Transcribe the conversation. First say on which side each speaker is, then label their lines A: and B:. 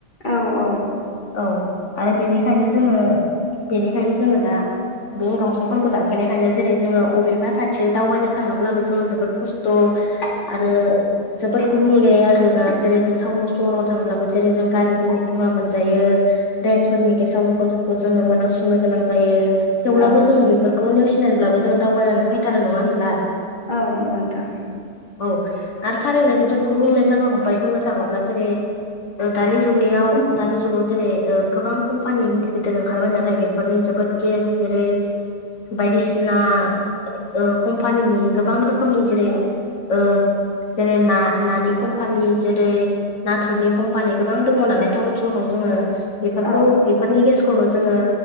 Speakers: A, on the left; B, on the left.
A: औ औ।
B: औ आरो बेनिखायनो जोङो बेनिखायनो जोङो दा बे दंफांफोरखौ दान फायखायनो जेरै जोङो अबेबा खाथियाव दावबायनो थाङोब्लाबो जोङो जोबोद खस्थ'। आरो जोबोद गुबुंले आरो ना जेरै जों थाउनाव सहराव थांब्लाबो जेरै जों गारिफोरनि धुङा मोनजायो, द्रनफोरनि गेसाव गोफोनफोरखौ जोङो मोनांसुनो गोनां जायो, थेवब्लाबो
A: औ
B: जोङो बेफोरखौ नेवसिनानैब्लाबो जों दावबायनानै फैथारो नङा होनब्ला?
A: औ नंगौ नोंथां।
B: औ आरो थारैनो जोबोद गुबुंले जानो हमबाय बुंनो थाङोब्ला जेरै दानि जुगनियाव दानि जुगाव जेरै ओ गोबां कम्पानि गिदिर गिदिर ओंखारबाय नालाय बेफोरनि जोबोद गेस जेरै बायदिसिना ओ कम्पानिनि गोबां रोखोमनि जेरै ओ जेरै ना नानि कम्पानि जेरै नाथुरनि कम्पानि गोबां दङ नालाय टाउन सहराव जोङो बेफोरखौ
A: औ
B: बेफोरनि गेसखौनो जोङो